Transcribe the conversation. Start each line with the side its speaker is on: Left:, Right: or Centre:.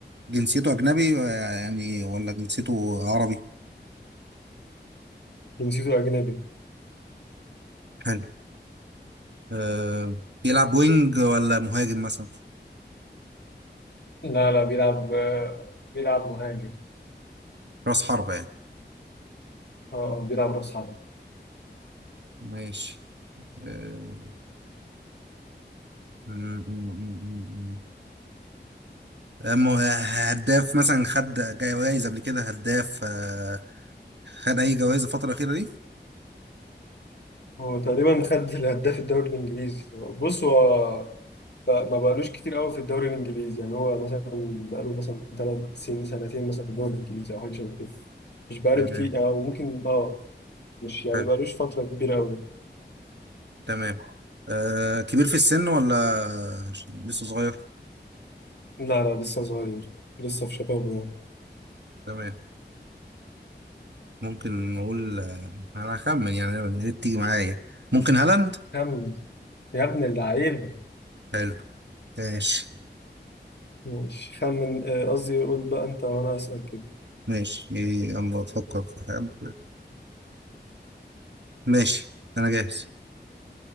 Right: جنسيته أجنبي آه، يعني ولا جنسيته عربي
Left: جنسيته اجنبي
Right: حلو آه، بيلعب وينج ولا مهاجم مثلا
Left: لا لا بيلعب آه، بيلعب مهاجم
Right: رأس حربة يعني
Left: اه آه، بيلعب راس حرب
Right: ماشي آه، م- م- م- م- م. آه، م- آه، هداف مثلا خد جايزة قبل كده هداف آه، خد اي جوائز الفتره الاخيره دي
Left: هو تقريبا خد الهداف الدوري الانجليزي بص هو بقى- ما بقالوش كتير قوي في الدوري الانجليزي يعني هو مثلا بقاله مثلا ثلاث سنين سنتين مثلا في الدوري الانجليزي او حاجه شبه كده مش بقاله
Right: تمام
Left: كتير يعني أو ممكن اه مش يعني
Right: حلو
Left: بقالوش فترة كبيرة أوي
Right: تمام آه كبير في السن ولا لسه صغير
Left: لا لا لسه صغير لسه في شبابه يعني
Right: تمام ممكن نقول آه، انا هخمن يعني يا ريت تيجي معايا ممكن هالاند
Left: خمن يا ابن اللعيبة
Right: حلو ماشي
Left: مش خمن آه، قصدي قول بقى أنت وأنا أسأل كده
Right: ماشي يلا افكر في حد ماشي انا جاهز